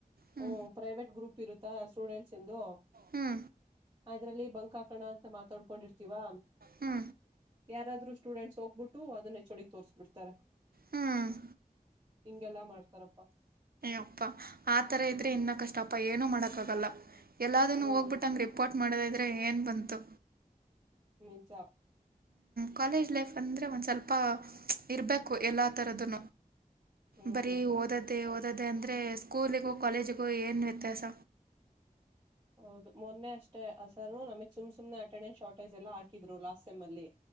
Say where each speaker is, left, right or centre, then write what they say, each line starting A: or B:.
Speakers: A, on the right; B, on the right.
A: ಹ್ಞೂ
B: ಹ್ಮ್ ಪ್ರೈವೇಟ್ ಗ್ರೂಪ್ ಇರುತ್ತಾ ಸ್ಟೂಡೆಂಟ್ಸ್ ತಿಂದು
A: ಹ್ಞೂ
B: ಅ್ರಲ್ಲಿ ಬಂಕಾಕಣ ಅಂತ ಮಾತಾಡ್ಕೊಂಡಿರ್ತೀವಾ
A: ಹ್ಞೂ
B: ಯಾರಾದ್ರು ಸ್ಟೂಡೆಂಟ್ಸ್ ಹೋಗ್ಬಿಟ್ಟು ಅದನ್ನ ಹೊಡ್ಗೆ ತೋರಿಸ್ಬಿಡ್ತಾರೆ
A: ಹ್ಞೂ
B: ಹಿಂಗೆಲ್ಲಾ ಮಾಡ್ತಾರಪ್ಪಾ
A: ಅಪ್ಪ ಆ ತರ ಇದ್ರೆ ಇನ್ನ ಕಷ್ಟಪ್ಪ ಏನನು ಮಾಡೋಕಕ್ಕಾಗಲ್ಲ ಎಲ್ಲೂ
B: ಹ್ಮ್
A: ಹೋಗಬಿಟ್ಟ ಹಂಗಗೆ ರಿಪೋರ್ಟ್ ಮಾಡೋದಿದ್ರೆ ಏನ್ ಬಂತು
B: ನೇಜ
A: ಕಾಲೇಜ್ ಲೈಫ್ ಅಂದ್ರರೆ ಒಂದು ಸ್ವಲ್ಪ ಇರಬೇಕು ಎಲ್ಲ ಥರದ್ದ
B: ಹ್ಮ್
A: ಬರೀ ಓದದ್ದೇ ಓದದ್ದೇ ಅಂದ್ರೆ ಸ್ಕೂಲಿಗೋ ಕಾಲೇಜಿಗೋ ಏನ್ ವ್ಯತ್ಯಾಸ
B: ಹೌದು ಮೊದನೇ ಅಷ್ಟೇ ಹಾ ಸರು ನಮಗ್ ಸುಮ್ ಸುಮನೆ ಅಟೆಂಡೆನ್ಸ್ ಶಾರ್ಟೇಜ್ ಎಲ್ಲ ಹಾಕಿದ್ರು ಲಾಸ್ಟ್ಟೈಮ್ ಅಲ್ಲಿ